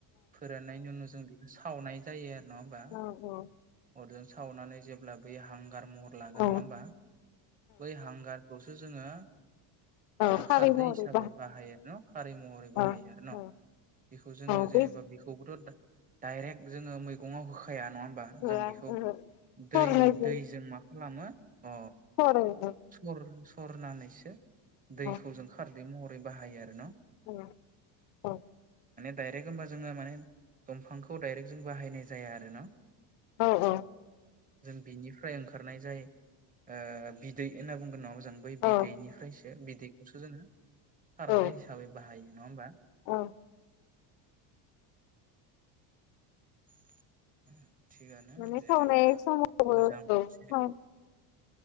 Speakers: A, on the right; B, on the left.
A: फोराननायनि उनाव जों बेखौ सावनाय जायो आरो नङा होमबा
B: औ औ
A: अरजों सावनानै जेब्ला बै हां गार महर लागोन
B: औ
A: नङा होमबा बै हांगार खौसो जोङो
B: औ
A: ओ
B: खारै
A: खारदै
B: महरै
A: हिसाबै बाहायो आरो न खारै महरै बाहायो
B: औ
A: आरो न'
B: औ
A: बेखौ जोङो
B: औ बे
A: जेनेबा बेखौबोथ' डाइरेक्ट जोङो मैगङाव होखाया नङा
B: जिथुआ
A: जों बेखौ
B: सरनाय
A: दै-
B: जायो
A: दैजों मा खालामो? अ
B: सरो औ
A: सर -सरनानैसो दैखौ
B: औ
A: जों खार रै महरै बाहायो आरो न
B: औ औ
A: दायरेक्ट होमबा जोङो माने दंफांखौ दायरेक्ट जों बाहायनाय जाया आरो न
B: औ औ
A: जों बिनिफ्राय ओंखारनाय जाय ओ बिदै होनना बुंगोन <unintelligible> बै
B: औ
A: बिदैनिफ्रायसो बिदै जोङो खारदै
B: औ
A: हिसाबै बाहायो नङा होमबा
B: औ
A: <unintelligible>
B: माने सावनाय
A: जेनेबा
B: समावबो
A: मोजां मोनसे
B: औ